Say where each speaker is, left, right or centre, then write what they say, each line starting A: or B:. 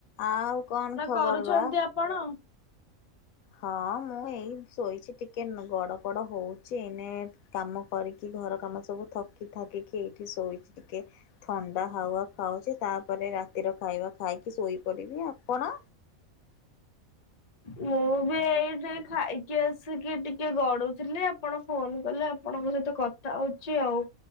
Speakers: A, on the left (about 75°); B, on the left (about 35°).
A: ଆଉ କଣ ଖବର
B: କରୁଛନ୍ତି
A: ବା।
B: କଣ
A: ହଁ ମୁଁ ଏଇ ଶୋଇଛି ଟିକେ ନ ଗଡ ପଡ ହଉଚି ଏନେ କାମ କରିକି କି ଘର କାମ ସବୁ ଥକି ଥକିକି ଏଇଠି ଶୋଇଚି ଟିକେ ଥଣ୍ଡା ହାୱା ଖାଉଚି ତା ତା ପରେରେ ରାତିର ଖାଇବା ଖାଇକି ଶୋଇପଡ଼ିବି ଆପଣ?
B: ମୁଁ ବି ଏଇଠି ଖାଇକି ଆସିକି ଟିକେ ଗଡୁଥିଲି ଆପଣ ଫୋନ କଲେ ଆପଣଙ୍କ ସହିତ କଥା ହଉଚି ଆଉ।